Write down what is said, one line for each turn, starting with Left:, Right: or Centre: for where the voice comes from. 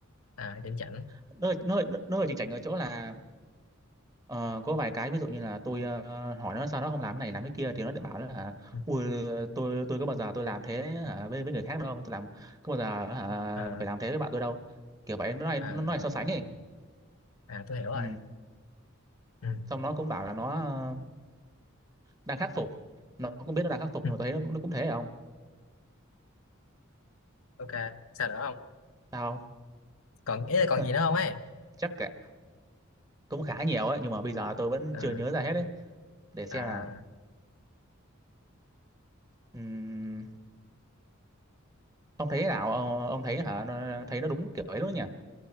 Left: à điểm chảnh
Right: nó hơi, nó hơi, nó hơi chảnh chảnh ở chỗ là ờ, có vài cái ví dụ như là tôi ờ, hỏi nó sao nó không làm cái này làm cái kia thì nó lại bảo là hả
Left: Ừ.
Right: ui tôi tôi có bao giờ tôi làm thế hả với với người khác đâu tôi làm có bao giờ hả,
Left: Ờ,
Right: phải làm thế với bạn tôi đâu kiểu vậy nó này
Left: à
Right: nó này
Left: rồi
Right: so sánh
Left: rồi
Right: ấy
Left: à tôi hiểu rồi
Right: ừ.
Left: ừ
Right: xong nó cũng bảo là nó ờ, đang khắc phục nó cũng biết nó đang khắc phục
Left: ừ.
Right: nhưng mà tôi thấy nó cũng, nó cũng thế không
Left: ok sao nữa không
Right: sao
Left: còn ý là
Right: không?
Left: còn gì nữa không ấy
Right: <laughs> chắc cả cũng khá nhiều ấy nhưng mà bây giờ tôi vẫn
Left: Ờ,
Right: chưa nhớ ra hết ấy để xem
Left: à
Right: nào Ừm, ông thấy thế nào ông, ông thấy hả nó, thấy nó đúng kiểu ấy luôn nhỉ